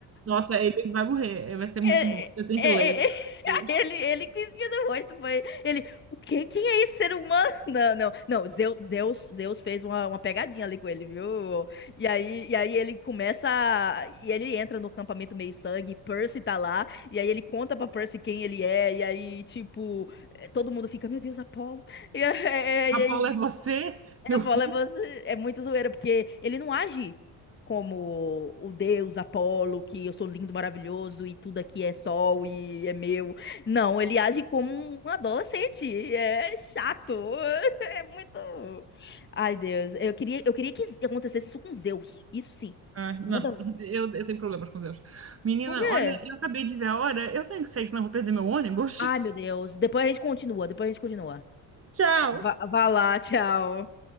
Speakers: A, on the right; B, on the left.
A: Nossa, ele vai morrer, vai ser muito
B: É,
A: bom. Eu tenho
B: é,
A: que ler.
B: é, é,
A: Meu Deus.
B: <laughs> ele, ele que riu do rosto, foi. Ele, o quê? Quem é esse ser humano? <laughs> Não, não, não. Zeus, Zeus, Zeus fez uma, uma pegadinha ali com ele, viu? E aí, e aí ele começa. a- E ele entra no acampamento meio sangue, Percy tá lá, e aí ele conta pra Percy quem ele é, e aí, tipo, eh, todo mundo fica, meu Deus, Apolo. E,
A: Apolo é você,
B: <laughs>
A: meu
B: Eu
A: filho?
B: falo, é, você- é muito zoeira, porque ele não age como o deus Apolo, que eu sou lindo, maravilhoso e tudo aqui é sol e é meu. Não, ele age como um adolescente. É chato. <laughs> É muito. Ai, Deus. Eu queria, eu queria que acontecesse isso com Zeus. Isso sim.
A: Ah, não,
B: Manda.
A: <laughs> eu, eu tenho problemas com Deus. Menina,
B: Por quê?
A: olha, eu acabei de ver a hora. Eu tenho que sair, senão eu vou perder meu ônibus.
B: Ai, meu Deus. Depois a gente continua. Depois a gente continua.
A: <laughs> Tchau!
B: Vá, vá lá, tchau.